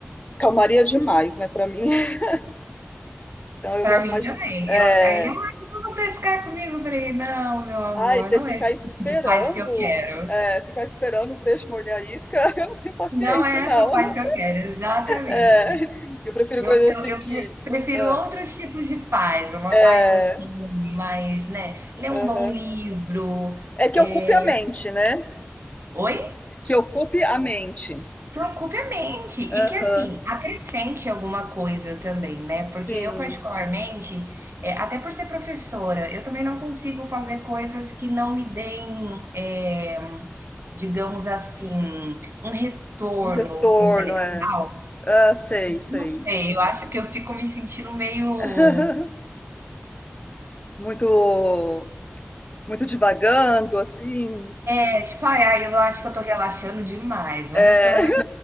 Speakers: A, on the left; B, on the right.
A: calmaria demais, né, pra mim. <laughs> Então eu
B: Para
A: gosto
B: mim
A: mais
B: também.
A: de. É,
B: Eu aí ele: "Ai, vamos pescar comigo?" Eu falei: "Não, meu amor,
A: Ai, ter
B: não
A: que ficar
B: é esse
A: esperando,
B: tipo de paz que eu quero.
A: eh, ficar esperando o peixe morder a isca, <laughs> eu não tenho paciência,
B: Não é
A: não.
B: essa paz que eu quero", exatamente.
A: É, eu prefiro
B: Eu,
A: coisas
B: eu,
A: assim
B: eu
A: que.
B: pre- prefiro
A: ah,
B: outros tipos de paz, uma
A: é,
B: paz assim, mais, né? Ler
A: aham.
B: um bom livro.
A: É que
B: é,
A: ocupe a mente, né?
B: Oi?
A: Que ocupe a mente.
B: Preocupe a mente. E
A: Aham,
B: que, assim, acrescente alguma coisa também, né? Porque
A: sim.
B: eu, particularmente, é, até por ser professora, eu também não consigo fazer coisas que não me deem, é, digamos assim, um retorno
A: Um retorno,
B: intelectual.
A: é. Ah, sei, sei.
B: Não sei, eu acho que eu fico me sentindo meio.
A: <laughs> Muito, muito divagando, assim.
B: É tipo, ai, ai, eu acho que eu tô relaxando demais. Vamos
A: É.
B: pelo menos